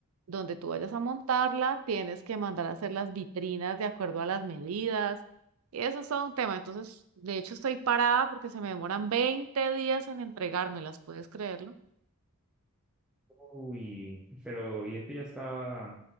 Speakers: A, on the right; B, in the centre.
A: donde tú vayas a montarla, tienes que mandar a hacer las vitrinas de acuerdo a las medidas, y eso es todo un tema, entonces de hecho estoy parada porque se me demoran 20 días en entregármelas, ¿puedes creerlo?
B: Uy, pero ¿y esto ya estaba,